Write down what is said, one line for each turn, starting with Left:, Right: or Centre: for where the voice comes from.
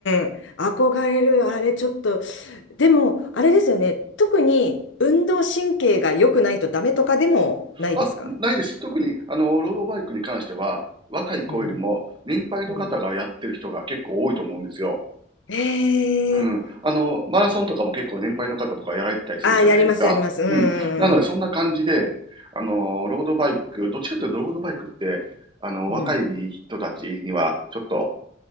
Left: ん、憧れる、あれちょっと。でも、あれですよね、特に運動神経が良くないとダメとかでもないですか
Right: あ、ないです。特に、あの、ロードバイクに関しては、若い子よりも、
Left: うん、
Right: 年配の方がやってる人が結構多いと思うんですよ。
Left: うん。え
Right: うん。
Left: ー、
Right: あの、マラソンとかも結構年配の方とかやられてたりするじゃないですか。
Left: ああ、やります、やります。うん、
Right: うん。なので、
Left: うん、
Right: そんな感じで、あの、ロードバイク、どっちかというとロードバイクって、あの、若い人たちには、
Left: うん。
Right: ちょっと、